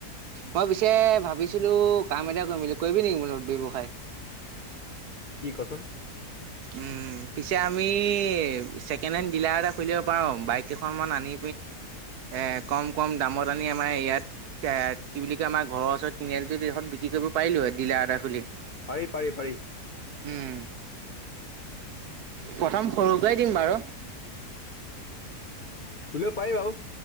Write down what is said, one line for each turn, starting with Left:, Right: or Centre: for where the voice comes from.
Right: মই পিছে ভাবিছিলো কাম এটা কৰিম বুলি কৰিবি নেকি মোৰ ব্যৱসায়
Left: কি কচোন?
Right: উম পিছে আমি ছেকেণ্ড হেণ্ড ডিলাৰ এটা খুলিব পাৰো, বাইক কেইখনমান আনি এহ কম কম দামৰ দানি আমাৰ ইয়াত এহ কি বুলি কয় ঘৰৰ ওচৰৰ তিনি আলিটোত দি এডখত বিক্ৰী কৰিব পাৰিলো হয় ডিলাৰ এটা খুলি।
Left: পাৰি পাৰি পাৰি।
Right: উম প্ৰথম সৰুকেই দিম বাৰু
Left: খুলিব পাৰি বাৰু।